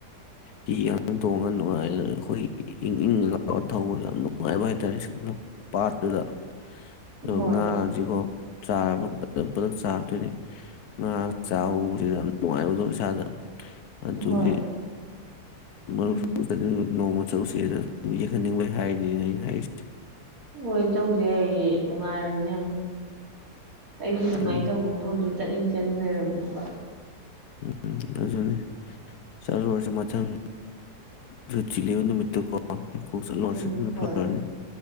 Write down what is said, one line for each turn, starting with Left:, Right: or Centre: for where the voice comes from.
Left: ꯍꯤ ꯇꯣꯡꯉꯒ ꯅꯨꯡꯉꯥꯏ ꯑꯩꯈꯣꯏꯒꯤ ꯏꯪ ꯏꯪ ꯂꯥꯎꯔꯒ ꯊꯧꯕ ꯌꯥꯝ ꯅꯨꯡꯉꯥꯏꯕ ꯍꯥꯏꯇꯥꯔꯦ ꯄꯥꯠꯇꯨꯗ ꯑꯗ
Right: ꯍꯣꯏ
Left: ꯉꯥꯒꯁꯤꯀꯣ ꯆꯥꯔꯕ ꯄꯨꯜꯂꯞ ꯆꯥ ꯉꯥ ꯆꯥꯕ ꯎꯕꯁꯦ ꯀꯣ ꯌꯥꯝ ꯅꯨꯡꯉꯥꯏꯕꯗꯣ ꯏꯁꯥꯗ ꯑꯗꯨꯒꯤ
Right: ꯍꯣꯏ
Left: ꯃꯔꯨꯞ
Right: ꯎꯝ
Left: <unintelligible> ꯅꯣꯡꯃ ꯆꯠꯂꯨꯁꯦꯗ ꯌꯦꯡꯍꯟꯅꯤꯡꯕꯩ ꯍꯥꯏꯔꯤꯅꯤꯅ ꯑꯩꯅ ꯍꯥꯏꯔꯤꯁꯦ
Right: ꯍꯣꯏ ꯆꯠꯂꯨꯁꯦ ꯌꯥꯏꯌꯦ ꯅꯨꯡꯉꯥꯏꯔꯕꯅꯦ ꯑꯩꯁꯨ ꯑꯗꯨꯃꯥꯏꯅ
Left: ꯎꯝ
Right: ꯇꯧꯕ ꯃꯐꯝꯗꯣ ꯆꯠꯅꯤꯡ ꯆꯠꯅꯤꯡ ꯂꯩꯔꯝꯃꯤꯅꯤ
Left: ꯎꯝ ꯑꯗꯨꯅꯤ ꯆꯠꯂꯨꯔꯁꯤ ꯃꯊꯪ ꯁꯨꯇꯤ ꯂꯩꯕ ꯅꯨꯃꯤꯠꯇ ꯀꯣ ꯀꯣꯛ ꯆꯠꯂꯨꯔꯁꯤ
Right: ꯎꯝ
Left: ꯑꯗꯨꯅ
Right: ꯍꯣꯏ
Left: ꯐꯔꯅꯤ